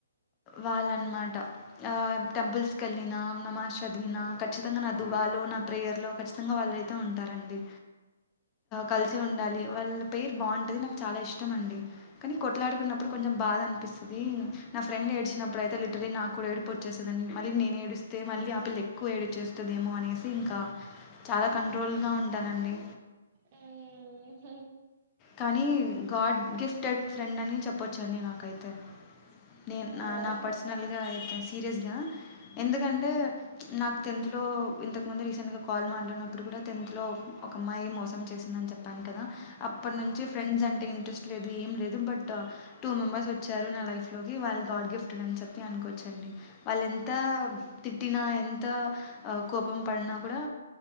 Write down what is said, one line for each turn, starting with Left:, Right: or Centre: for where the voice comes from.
Left: వాళ్ళన్నమాట ఆ టెంపుల్స్కి వెళ్ళిన నమాజ్ చదివినా ఖచ్చితంగా నా దుబాలో నా ప్రేయర్లో ఖచ్చితంగా వాళ్ళు అయితే ఉంటారండి కలిసి ఉండాలి వాళ్ళ పేర్ బాగుంటుంది నాకు చాలా ఇష్టం అండి కానీ కొట్లాడుకున్నప్పుడు కొంచెం బాధ అన్ స్టది నా ఫ్రెండ్ ఏడ్చినప్పుడైతే లిటరలీ నాకు కూడా ఏడిపో వచ్చేస్తుందిండి మళ్లీ నే ఏేడిస్తే మల్లి ఆ పల్లి ఎక్కువ ఏడి చేస్తుందేమో అనేసి ఇంకా చాలా కంట్రోల్గా ఉంటానండి
Right: హ్మ్
Left: కానీ గాడ్ గిఫ్టెడ్ ఫ్రెండ్ అని చెప్పొచ్చండి నాకైతే నేను
Right: ఓహ్
Left: నా నా పర్సనల్ గా అయితే సీరియస్ గా ఎందుకంటే నాకు టెన్త్ లో ఇంతకు మంది రీసెంట్ గా కాల్ మాట్లాడినప్పుడు కూడా టెన్త్ లో ఒకమ్మాయి మోసం చేసిందని చెప్పాను కదా అప్పటి
Right: అవునవును
Left: నుంచి ఫ్రెండ్స్ అంటే ఇ ట్రెస్ట్ లేదు ఏం లేదు బట్ టూ మెంబర్స్ వచ్చారు నా లైఫ్ లోకి వాళ్ళు గాడ్ గిఫ్ట్డ్ అని చెప్పి అనుకోవచ్చు అండి వాళ్ళ ఎంత తిట్టినా ఎంత కోపం పడినా కూడా